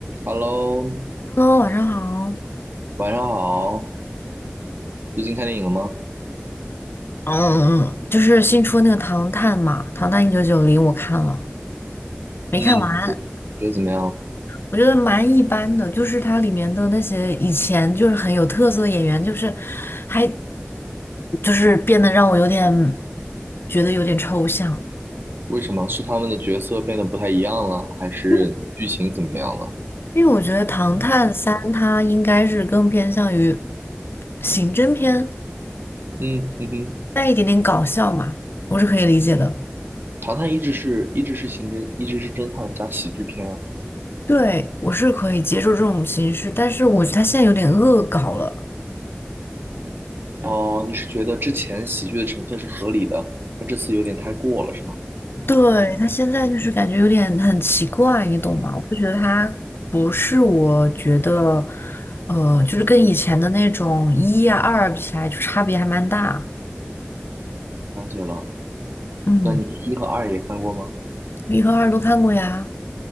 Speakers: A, on the right; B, on the left.
A: Hello，
B: Hello，晚上好。
A: 晚上好。最近看电影了吗？
B: 嗯，就是新出那个《唐探》嘛，《唐探一九九零》，我看了，没看完，
A: 嗯，你觉得怎么样？
B: 我觉得蛮一般的。就是它里面的那些以前就是很有特色的演员，就是还就是变得让我有点觉得有点抽象，
A: 为什么？是他们的角色变得不太一样了，还是剧情怎么样了？
B: 因为因为我觉得《唐探三》它应该是更偏向于刑侦片，
A: 嗯嗯哼，
B: 带一点点搞笑嘛，我是可以理解的。
A: 唐探一直是一直是刑侦，一直是侦探加喜剧片啊。
B: 对，我是可以接受这种形式，但是我觉得他现在有点恶搞了。
A: 哦，你是觉得之前喜剧的成分是合理的，但这次有点太过了，是吗？
B: 对，他现在就是感觉有点很奇怪，你懂吗？我就觉得他不是我觉得，呃，就是跟以前的那种一呀、二比起来，就差别还蛮大。
A: 了解了。
B: 嗯，
A: 那你一和二也看过吗？
B: 一和二都看过呀。